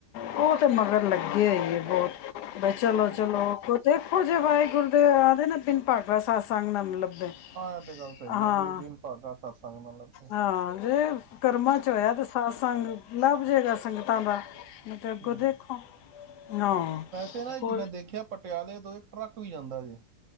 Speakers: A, on the left; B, on the right.
A: ਉਹ ਤੇ ਮਗਰ ਲੱਗੇ। <unintelligible> ਬਹੁਤ ਬਾਈ ਚਲੋ
B: ਅੱਛਾ।
A: ਚਲੋ ਕੋਤੇ ਉਹ ਜੇ ਵਾਹਿਗੁਰੂ ਦੇ ਆਦੇ ਨਾ ਤਿੰਨ ਪਾਰਟ ਵਾ ਸਤਿਸੰਗ ਨਾ ਮਤਲਬ ਹਾਂ
B: ਇਹ ਤੇ ਗੱਲ ਸਹੀ ਹੈ ਵੀ ਬਿਨ ਭਾਗਾ ਸਤਸੰਗ ਮਤਲਬ ਤੇ
A: ਹਾਂ, ਜੇ ਕਰਮਾਂ ਚ ਹੋਇਆ ਤੇ ਸਤਸੰਗ ਲੱਭ ਜਾਏਗਾ ਸੰਗਤਾਂ ਦਾ। ਅੱਗੋਂ
B: ਹੂੰ
A: ਦੇਖੋ। ਹਾਂ
B: ਵੈਸੇ ਨਾ ਇੱਕ
A: ਕੋਈ
B: ਮੈਂ ਦੇਖਿਆ ਪ ਪਟਿਆਲੇ ਤੋਂ ਇੱਕ ਟਰੱਕ ਵੀ ਜਾਂਦਾ ਜੇ।